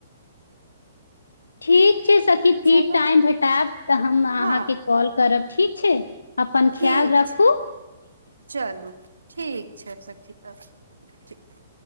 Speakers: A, on the left; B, on the right.
A: ठीक छै सखी फिर
B: चलू
A: टाइम भेटाएब तऽ हम अहाँके
B: हँ
A: कॉल करब ठीक छै। अपन
B: ठीक
A: ख्याल रखू।
B: छै चलू ठीक छै सखी तऽ ठीक